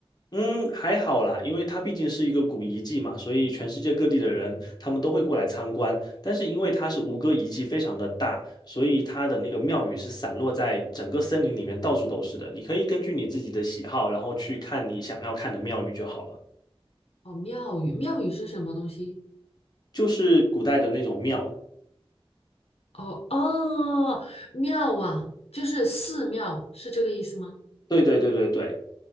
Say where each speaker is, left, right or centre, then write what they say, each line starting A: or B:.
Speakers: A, on the left; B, on the left.
A: 嗯，还好啦，因为它毕竟是一个古遗迹嘛，所以全世界各地的人他们都会过来参观。但是因为它是吴哥遗迹非常的大，所以它的那个庙宇是散落在整个森林里面，到处都是的。你可以根据你自己的喜好，然后去看你想要看的庙宇就好了。
B: 哦，庙宇，庙宇是什么东西？
A: 就是古代的那种庙。
B: 哦哦，庙啊，就是寺庙，是这个意思吗？
A: 对对对对对，